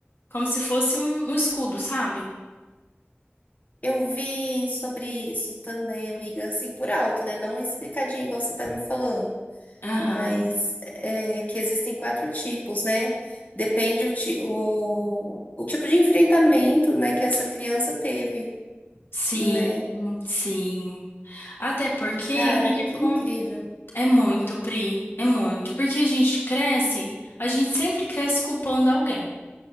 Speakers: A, on the left; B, on the left.
A: como se fosse um, um escudo, sabe?
B: Eu vi sobre isso também, amiga, assim, por alto, né? Não explicadinho igual você tá me falando,
A: Aham.
B: mas é, que existem quatro tipos, né? Depende o, ti- o, o tipo de enfrentamento, né, que essa criança teve,
A: Sim,
B: né?
A: sim. Até porque
B: Cara,
A: o que que
B: que
A: acon-
B: incrível.
A: é muito, Pri, é muito. Porque a gente cresce, a gente sempre cresce culpando alguém.